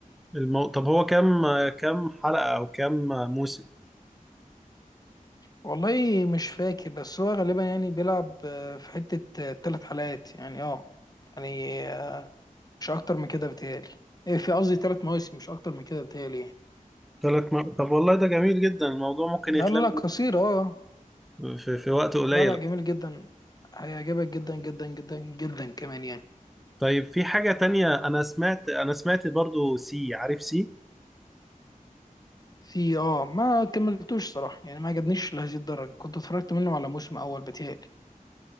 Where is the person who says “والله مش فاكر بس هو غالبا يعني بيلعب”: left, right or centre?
Left